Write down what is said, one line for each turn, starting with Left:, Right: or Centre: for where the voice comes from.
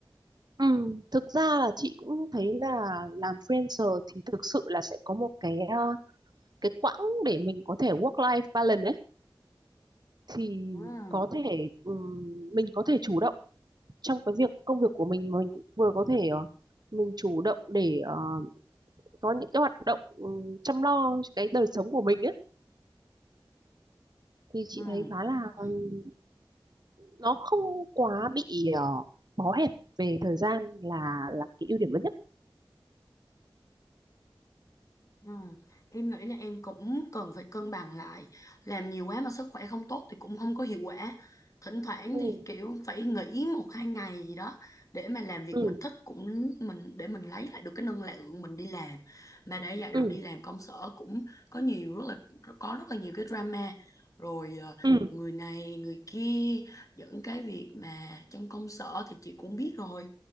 Right: Ừ, thực ra là chị cũng thấy là làm freelancer thì thực sự là sẽ có một cái ờ, cái quãng để mình có thể work life balance ấy. thì
Left: Ừ,
Right: có thể ừm, mình có thể chủ động trong cái việc công việc của mình mà mình cũng vừa có thể ờ, mình chủ động để ờ, có những cái hoạt động ừm, chăm lo cái đời sống của mình ấy thì chị
Left: ừ.
Right: thấy khá
Left: đúng
Right: là
Left: rồi
Right: ừm, nó không quá bị ờ, bó hẹp về thời gian là là cái ưu điểm lớn nhất
Left: Ừ. Em nghĩ là em cũng cần phải cân bằng lại làm nhiều quá mà sức khỏe không tốt thì cũng không có hiệu quả thỉnh thoảng
Right: ừ
Left: thì kiểu phải nghỉ một hai ngày gì đó để mà làm việc
Right: ừ
Left: mình thích cũng mình để mình lấy lại được cái năng lượng mình đi làm mà đã vậy rồi
Right: ừ
Left: đi làm công sở cũng có nhiều rất là có rất là nhiều cái drama rồi ờ,
Right: ừ
Left: người này người kia dẫn cái việc mà trong công sở thì chị cũng biết rồi